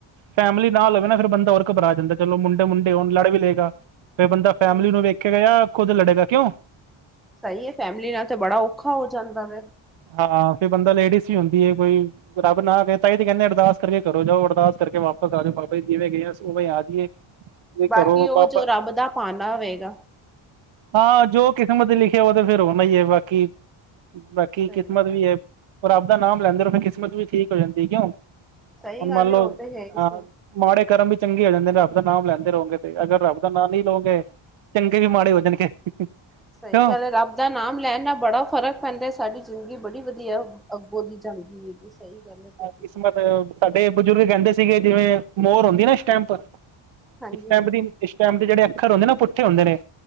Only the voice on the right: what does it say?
ਫੈਮਿਲੀ ਨਾਲ ਹੋਵੇ ਨਾ ਫਿਰ ਬੰਦਾ ਓਰ ਘਬਰਾ ਜਾਂਦਾ ਚਲੋ ਮੁੰਡੇ ਮੁੰਡੇ ਹੋਣ ਲੜ ਵੀ ਲਏਗਾ ਕੋਈ ਬੰਦਾ
ਫੈਮਿਲੀ ਨੂੰ
ਵੇਖੇਗਾ ਜਾਂ ਖੁਦ ਲੜੇਗਾ ਕਿਉਂ
ਹਾਂ ਫਿਰ ਬੰਦਾ ਲੇਡੀਜ਼ ਹੀ ਹੁੰਦੀ ਹੈ ਕੋਈ ਰੱਬ ਨਾ ਗਏ ਹੀ ਤੇ ਕਹਿੰਦੇ ਅਰਦਾਸ ਕਰਕੇ ਕਰੋ ਜਾਓ ਅਰਦਾਸ ਕਰਕੇ ਵਾਪਸ ਆ ਜਾਓ ਬਾਬਾ ਜਿਵੇਂ ਗਏ ਆ ਉਵੇਂ ਆ ਜਾਈਏ ਵੀ
ਘਰੋਂ
ਬਾਬਾ
ਹਾਂ ਜੋ ਕਿਸਮਤ ਲਿਖਿਆ ਉਹ ਤੇ ਫੇਰ ਉਹਦਾ ਹੀ ਹੈ ਬਾਕੀ ਕਿ
ਕਿਸਮਤ ਵੀ
ਹੈ ਰੱਬ ਦਾ ਨਾਮ ਲੈਂਦੇ ਫਿਰ ਕਿਸਮਤ ਵੀ ਠੀਕ ਹੋ ਜਾਂਦੀ ਹੈ ਕਿਉਂ
ਹੁਣ
ਮੰਨ ਲਓ
ਅਹ ਮਾੜੇ ਕਰਮ ਵੀ ਚੰਗੇ ਹੋ ਜਾਂਦੇ ਨੇ ਰਬ ਦਾ ਨਾਮ ਲੈਂਦੇ ਰਹੋਗੇ ਤੇ ਅਗਰ ਰੱਬ ਦਾ ਨਾਂ ਨਹੀਂ ਲਓਗੇ ਚੰਗੇ ਵੀ ਮਾੜੇ ਹੋ ਜਾਣਗੇ ਕਿਉਂ
ਕਿਸਮਤ ਸਾਡੇ ਬਜ਼ੁਰਗ ਕਹਿੰਦੇ ਸੀਗੇ ਜਿਵੇਂ ਮੋਰ ਹੁੰਦੀ ਆ ਨਾ ਸਟੈਂਪ,
ਸਟੈਂਪ
ਦੀ ਸਟੇਮਪ ਦੇ ਜਿਹੜੇ ਅੱਖਰ ਹੁੰਦੇ ਨਾ ਉਹ ਪੁੱਠੇ ਹੁੰਦੇ ਨੇ,